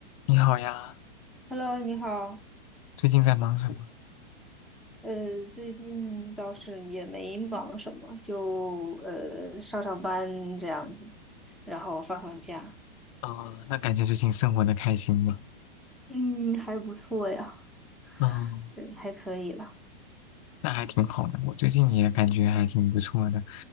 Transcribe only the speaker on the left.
你好呀，
最近在忙什么？
啊、那感觉最近生活的开心吗？
嗯，
那还挺好的。我最近也感觉还挺不错的，